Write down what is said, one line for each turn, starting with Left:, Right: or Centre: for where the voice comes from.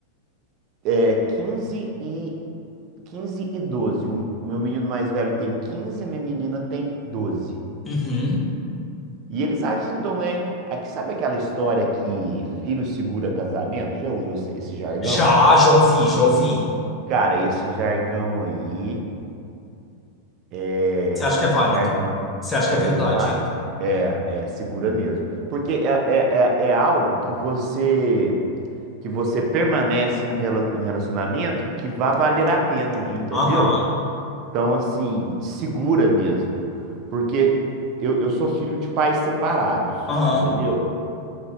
Right: é quinze e quinze e 12. O o meu menino mais velho tem 15, a minha menina tem 12.
Left: Uhum.
Right: E eles ajudam, né? Aqui, sabe aquela história que filho segura casamento? Já ouviu esse esse jargão?
Left: Já, já ouvi, já ouvi.
Right: Cara, esse jargão aí, é,
Left: Você acha
Right: esse
Left: que é válido?
Right: jargão
Left: Você acha
Right: é
Left: que é verdade?
Right: bem válido. É, é, segura mesmo. Porque é, é, é, é algo que você que você permanece num rela- num relacionamento que vai valer a pena, entendeu?
Left: Aham,
Right: Então, assim, segura mesmo. Porque eu, eu sou filho de pais separados,
Left: aham.
Right: entendeu?